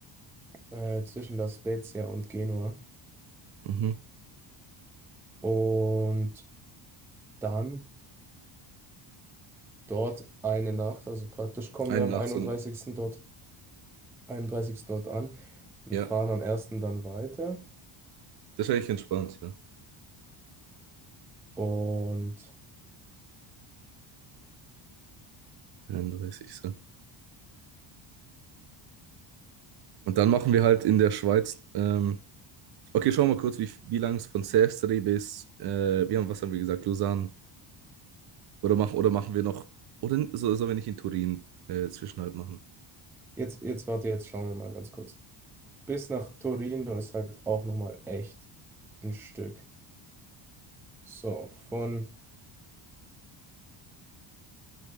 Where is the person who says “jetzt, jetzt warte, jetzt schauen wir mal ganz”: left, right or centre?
Centre